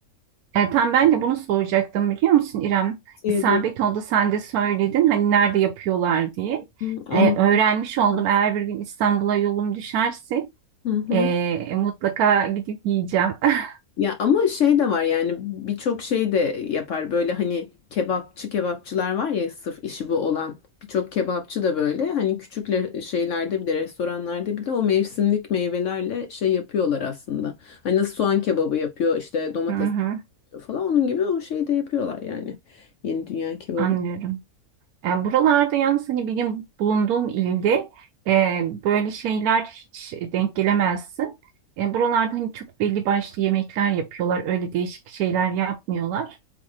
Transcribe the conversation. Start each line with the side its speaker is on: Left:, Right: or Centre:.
Right: E, tam ben de bunu soracaktım biliyor musun İrem?
Left: Tavsiye
Right: İsabet
Left: ederim.
Right: oldu sen de söyledin hani nerede yapıyorlar diye.
Left: Hı, Onlar.
Right: E, öğrenmiş oldum
Left: da.
Right: eğer bir gün İstanbul'a yolum düşerse
Left: Hı hı.
Right: e, mutlaka gidip yiyeceğim. <laughs>
Left: Ya ama şey de var yani birçok şey de yapar böyle hani kebapçı kebapçılar var ya sırf işi bu olan birçok kebapçı da böyle hani küçük le- şeylerde bile restoranlarda bile o mevsimlik meyvelerle şey yapıyorlar aslında. Hani nasıl soğan kebabı yapıyor işte domates
Right: Hı hı,
Left: kebabı yapıyor falan onun gibi o şeyi de yapıyorlar yani yeni dünya kebabı.
Right: anlıyorum. yani buralarda yalnız hani benim bulunduğum ilde e, böyle şeyler hiç denk gelemezsin. E, buralarda hani çok belli başlı yemekler yapıyorlar öyle değişik şeyler yapmıyorlar.